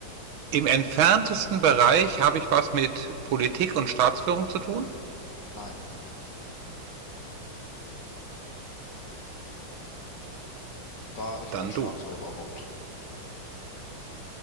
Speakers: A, on the right (about 75°); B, on the left (about 55°).
A: im entferntesten Bereich, habe ich was mit Politik und Staatsführung zu tun?
B: Nein. War ich
A: Dann
B: ein Staatsoberhaupt?
A: du.